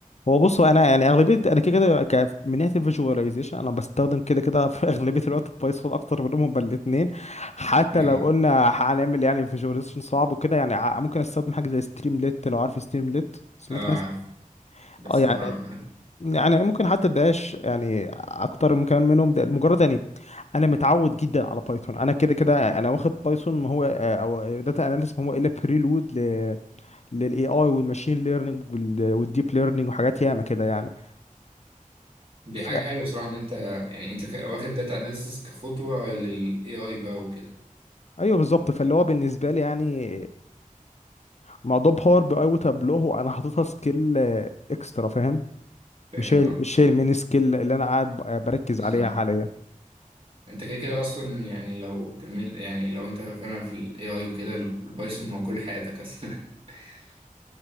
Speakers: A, on the left; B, on the right.
A: هو بص هو انا يعني اغلبيه انا كده كده ك- من ناحيه الفيجواليزيشن انا بستخدم كده كده في <laughs> اغلبيه الوقت بايثون اكتر منهم بل الاثنين حتى
B: أي؟
A: لو قلنا هنعمل يعني فيجواليزيشن صعب وكده يعني ع- ممكن استخدم حاجه زي ستريمليت لو عارف ستريمليت سمعت
B: <laughs> أه
A: بس
B: عارف بس
A: اه يعني
B: ما ما-
A: يعني ممكن حتى الدقاش يعني اكتر من كمان منهم ده مجرد يعني انا متعود جدا على بايثون انا كده كده انا واخد بايثون ما هو آه، او داتا اناليسيس ما هو الا بريلود ل للاي اي والماشين ليرنينج والديب ليرنينج وحاجات ياما كده يعني
B: دي
A: ف
B: حاجة حلوة صراحة إن أنت يعني أنت ك- واخد داتا أناليسيس كخطوة لل AI بقى وكده
A: ايوه بالظبط فاللي هو بالنسبه لي يعني موضوع باور بي اي وتابلو هو انا حاططها سكيل اكسترا فاهم
B: فاهم
A: مش هي
B: أه
A: مش هي المين سكيل اللي انا قاعد بركز
B: بالظبط
A: عليها حاليا
B: انت كده كده اصلا يعني لو كمل يعني لو انت فعلا في الاي اي وكده البايثون هو كل حياتك اصلا <laughs>